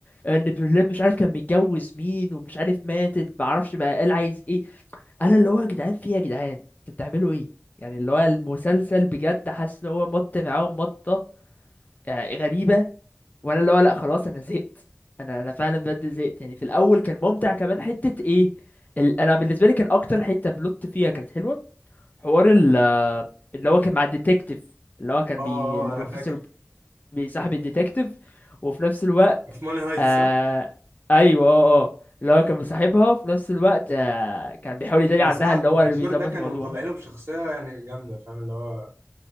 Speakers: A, on the left; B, on the right.
A: آه، اللي برلين مش عارف كان متجوز مين ومش عارف ماتت معرفش بقى قال عايز ايه انا اللي هو يا جدعان في إيه يا جدعان انتوا بتعملوا ايه يعني اللي هو المسلسل بجد حاسس ان هو مط معاهم مطه آه، غريبه وانا اللي هو لا خلاص انا زهقت انا انا فعلا بجد زهقت يعني في الاول كان ممتع كمان حته ايه ال... انا بالنسبه لي كان اكتر حته بلوت فيها كانت حلوه حوار ال... آه، اللي هو كان مع الديتكتيف اللي هو كان
B: اه
A: بي... البروفيسور
B: اه أنا فاكر
A: بيصاحب الديتكتيف وفي نفس الوقت
B: في ماني هايت
A: آه
B: صح؟
A: ايوه اه اه اللي هو كان مصاحبها وفي نفس الوقت آه كان بيحاول يداري
B: هو
A: عنها
B: صراحة
A: اللي
B: البروفيسور
A: هو اللي بيظبط
B: ده كانوا
A: الموضوع
B: مطلعينه بشخصية يعني جامدة فاهم اللي هو